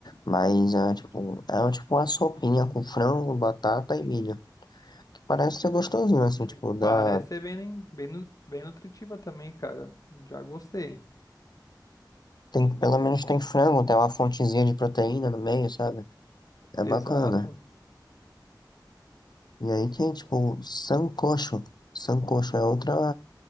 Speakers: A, on the left; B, on the left.
A: Mas é tipo, é um, tipo uma sopinha com frango, batata e milho. Que parece ser gostosinho,
B: Mas
A: assim, tipo, dá.
B: Parece ser bem, bem, nu- bem nutritiva também, cara. Já gostei.
A: Tem, pelo menos tem frango, tem uma fontezinha de proteína no meio, sabe? É
B: Exato.
A: bacana. E aí tem, tipo, sancocho. Sancocho é outra,